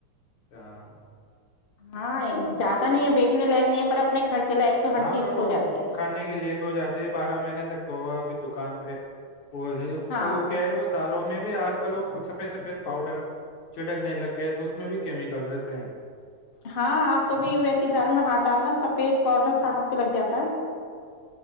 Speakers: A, on the left; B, on the left.
A: ہاں
B: ہاں زیادہ نہیں ہے بییکھنے لائگ نہیں ہے اپنے خرچے لائق تو ہر
A: ہاں
B: چیز
A: پر وہ
B: ہو جاتی ہے
A: کھانے کی لیٹ ہو جاتی ہے بارہ مہینے تک تو ہوا ابھی دکان پہ وہ
B: ہاں
A: وہ کیا ہے وہ دالوں میں بھی آج کل وہ سفید سفید پاؤڈر چڑکنے لگ گئے تو اس میں بھی کیمیکل رہتے ہیں
B: ہاں آپ کبھی ویسی دال میں ہات ڈالنا سفید پاؤڈر ہھ پہ لگ جاتا ہے